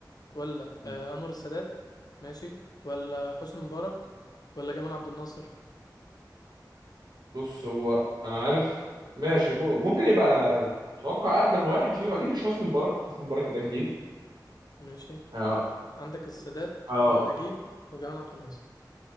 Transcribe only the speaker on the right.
مم.
بص هو انا عارف ماشي م... ممكن يبقى اتوقع اقدم واحد فيهم اكيد مش حسني مبارك حسني مبارك ده جديد
اه
اه